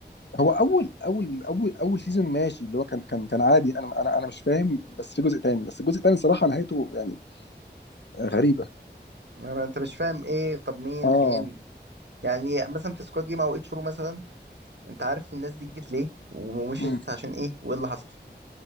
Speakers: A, on the left; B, on the right.
A: هو اول اول اول اول سيزون ماشي اللي هو كان كان كان عادي انا انا انا مش فاهم بس في جزء تاني بس الجزء التاني صراحه نهايته يعني غريبه
B: ما ما انت مش فاهم ايه طب مين
A: اه
B: فين يعني مثلا في سكواد جيم او اتشو مثلا انت عارف الناس دي جت ليه ومشيت
A: مم.
B: عشان ايه وايه اللي حصل